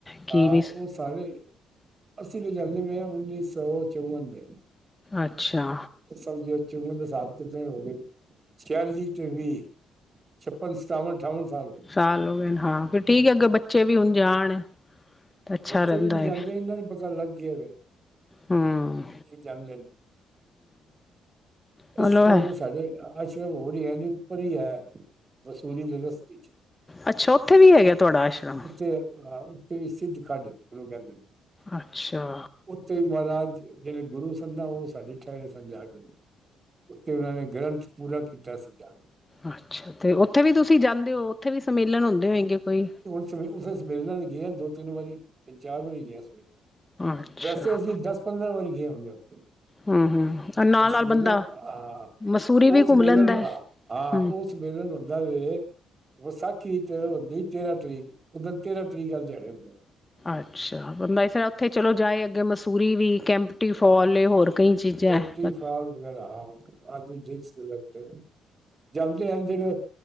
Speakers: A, on the left; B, on the right.
A: ਕੀ
B: ਹਾਂ,
A: ਵੀ
B: ਓ ਸਾਰੇ ਅਸੀਂ ਤੋਂ ਜਾਂਦੇ ਪਏ ਉੱਨੀ ਸੌ ਚੌਵਨ ਦੇ।
A: ਅੱਛਾ।
B: ਸਮਝੋ <unintelligible> ਕਿਤੇ ਹੋ ਗਏ <unintelligible> ਤੇ ਵੀਹ। ਛੱਪਨ ਸਤਾਵਨ ਅਠਾਵਨ ਸਾਲ ਹੋ।
A: ਸਾਲ ਹੋ ਗਏ ਹਾਂ ਫਿਰ ਠੀਕ ਐ ਅੱਗੇ ਬੱਚੇ ਵੀ ਹੁਣ ਜਾਣ। ਤਾਂ ਅੱਛਾ
B: ਬੱਚੇ
A: ਰਹਿੰਦਾ
B: ਵੀ ਹੁਣ
A: ਹੈ
B: ਜਾਂਦੇ ਇਹਨਾਂ ਨੂੰ ਪਤਾ ਲੱਗ ਗਿਆ ਵੇ।
A: ਹਾਂ,
B: ਏ ਜਾਂਦੇ ਨੇ।
A: ਚਲੋ
B: ਇਸ ਤਰ੍ਹਾਂ
A: ਹੈ
B: ਦੇ ਸਾਡੇ ਆਸ਼ਰਮ ਹੋਰ ਹੀ ਐ ਉੱਪਰ ਹੀ ਐ ਵਸੂਲੀ ਦੇ ਰਸਤੇ ਚ
A: ਅੱਛਾ ਉੱਥੇ ਵੀ ਹੈਗਾ ਤੁਹਾਡਾ ਆਸ਼ਰਮ।
B: <unintelligible> ਉੱਥੇ ਵੀ ਸਿੱਧ ਕੱਢ ਉਹਨੂੰ ਕਹਿੰਦੇ।
A: ਅੱਛਾ,
B: ਉੱਥੇ ਹੀ ਮਹਾਰਾਜ ਜਿਹੜੇ ਗੁਰੂ ਸਨ ਨਾ ਓ ਸਾਡੇ ਠਹਿਰੇ ਸਨ ਜਾ ਕੇ। ਉੱਥੇ ਉਹਨਾਂ ਨੇ ਗ੍ਰੰਥ ਪੂਰਾ ਕੀਤਾ ਸੀਗਾ।
A: ਅੱਛਾ, ਤੇ ਉੱਥੇ ਵੀ ਤੁਸੀਂ ਜਾਂਦੇ ਓ ਉੱਥੇ ਵੀ ਸੰਮੇਲਨ ਹੁੰਦੇ ਹੋਏਗੇ ਕੋਈ।
B: ਉੱਥੇ ਉੱਥੇ ਸੰਮੇਲਨਾਂ ਗਿਆ ਦੋ ਤਿੰਨ ਵਾਰੀ ਤਿੰਨ ਚਾਰ ਵਾਰੀ ਗਿਆ ਸੰਮੇਲਨ
A: ਅੱਛਾ
B: ਵੈਸੇ ਅਸੀਂ ਦਸ ਪੰਦਰਾਂ ਵਾਰੀ ਗਏ ਹੋਣੇ ਹਫ਼ਤੇ ਚ।
A: ਹਮ ਹਮ ਨਾਲ
B: ਓ ਸੰਮੇਲਨ
A: ਨਾਲ ਬੰਦਾ
B: ਹਾਂ
A: ਮਸੂਰੀ ਵੀ
B: ਓ ਸੰਮੇਲਨ
A: ਘੁੰਮ ਲੈਂਦਾ
B: ਹਾਂ
A: ਹਮ
B: ਓ ਸੰਮੇਲਨ ਹੁੰਦਾ ਵੈ ਓ ਸੱਚ, ਕੀ ਹੁੰਦੀ ਤੇਰਾਂ ਤਰੀਕ ਉਧਰ ਤੇਰਾਂ ਤਰੀਕ ਨਾਲ ਜਾਣਿਆ ਹੁੰਦਾ।
A: ਅੱਛਾ ਬੰਦਾ ਇਸ ਫੇਰ ਉੱਥੇ ਚਲੋ ਜਾਏ ਅੱਗੇ ਮਸੂਰੀ ਵੀ ਕੈਂਪਟੀ ਫੋਲ ਐ ਹੋਰ। ਕਈ ਚੀਜ਼ਾਂ
B: ਕੈਮਟੀ
A: ਹੈ।
B: ਫੋਲ ਵਗੈਰਾ ਹਾਂ <unintelligible> ਸੀਗਾ ਓਥੇ। ਜਾਂਦੇ ਆਂਦੇ ਰਹੋ